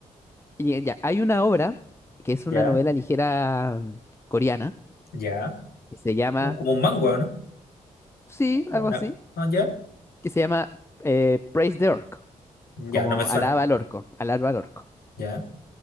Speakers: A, on the left (about 15°); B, on the left (about 75°).
A: Y eh, ya, hay una obra que es una
B: ya,
A: novela ligera mm, coreana
B: ya.
A: que se llama,
B: Uh, como un mango, ¿no?
A: sí,
B: O
A: algo
B: una-
A: así,
B: ah, ya,
A: que se llama eh, Praise the Orc.
B: ya,
A: Como
B: no me suena.
A: alaba al orco, alaba al orco.
B: Ya,